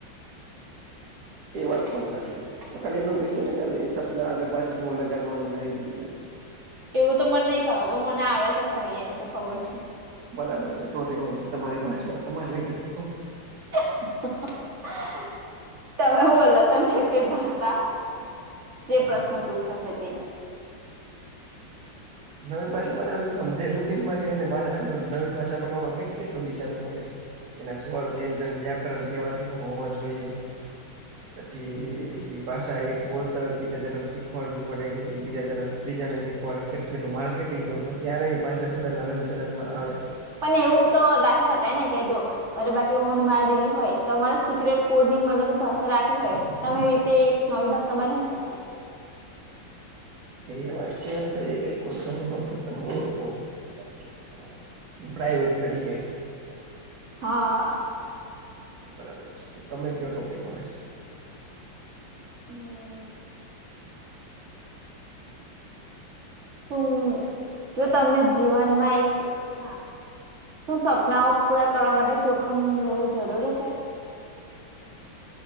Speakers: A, on the right; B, on the right.
A: એ વાત પણ સાચી છે, ખાલી એમ કહીજ ને, ખા શબ્દ આગળ પાછળ હું લગાવાનું છે, એ બધું
B: એવું તો મને નહીં ખબર પણ મને આવડે છે, ખરી અ એટલું ખબર છે.
A: બરાબર છે, તો રહેેવા જોઈએ, તમારી પર તમારી યા ઘર.
B: <unintelligible> તમે બોલો તમે કઈ ભાષા જે પ્રશ્ન પૂછો છો તે?
A: નવી ભાષા બનાવી, કેમ જે રૂટીનમાં છે, એનો નવી ભાષા બનાવવા કે, કેટલું વિચારવું પડે. કેના સ્વર વ્યંજન વ્યાકરણ કેવા કેવા હોવા જોઈએ? પછી ભાષા એક બોલતા હોય, બીજા જણાને શીખવાડવી પડે એ, બીજા જણા. ત્રીજાને શીખવાડે કેટ કેટલું માર્કેટિંગ કરવું પડે, ત્યારે એ પાછા બધાને હલન-ચલનમાં આવે.
B: પણ એવું તો રાખી શકાય ને, કે જો અરે બાકી ઓન મારા દીદી હોય, તમારે સિક્રેટ પોડ મતલબ ભાષા રાખવી હોય. તમેવી રીતેવી નવી ભાષા બનાવી શકીએ.
A: એ વાત છે, એમ ક કોઈ ખબર ના પડી ત બો તો. <unintelligible> પ્રાઈવેટ તરીકે.
B: હા.
A: બરાબર છે તો તમે કયો ટોપિક હવે?
B: હમ. શું જો તમને જીવનમાં એક ના શું સપનાઓ પૂરા કરવા માટે જોખમ લેવું જરૂરી છે?